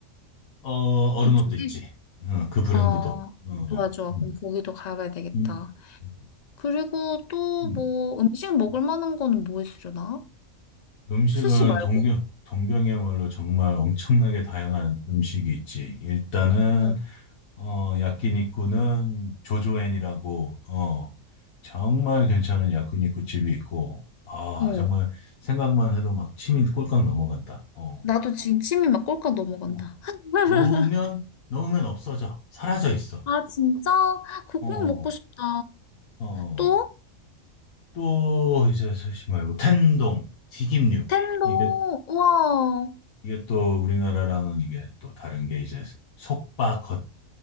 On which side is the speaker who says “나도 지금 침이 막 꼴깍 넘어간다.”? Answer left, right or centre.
Left